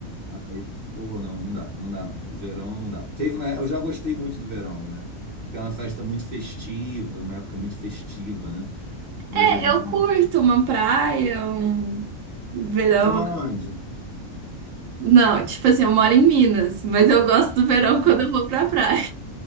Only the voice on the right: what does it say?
É,
eu
curto
uma praia, um verão.
Não, tipo assim, eu moro em Minas, mas eu gosto do verão
quando eu vou pra praia.